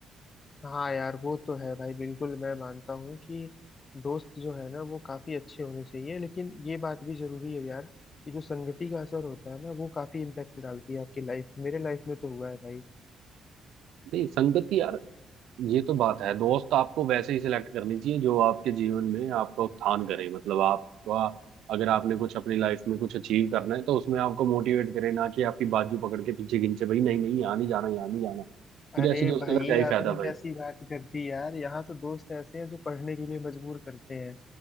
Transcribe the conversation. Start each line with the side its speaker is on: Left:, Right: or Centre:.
Left: हाँ यार वो तो है भाई बिल्कुल मैं मानता हूँ कि दोस्त जो है ना वो काफी अच्छे होने चाहिए लेकिन ये बात भी जरूरी है यार कि जो संगति का असर होता है ना वो काफी इम्पैक्ट डालती है आपकी लाइफ मेरे लाइफ में तो हुआ है भाई
Right: नहीं संगति यार ये तो बात है दोस्त आपको वैसे ही सिलेक्ट करनी चाहिए जो आपके जीवन में आपका उत्थान करे मतलब आपका अगर आपने कुछ अपनी लाइफ में कुछ अचीव करना है तो उसमें आपको मोटिवेट करे ना कि आपकी बाजू पकड़ के पीछे खींचे भाई नहीं नहीं यहाँ नहीं जाना यहाँ नहीं जाना फिर
Left: अरे
Right: ऐसी दोस्ती
Left: भाई
Right: का क्या ही फायदा
Left: आपने
Right: भाई
Left: कैसी बात कर दी यार यहाँ तो दोस्त ऐसे हैं जो पढ़ने के लिए मजबूर करते हैं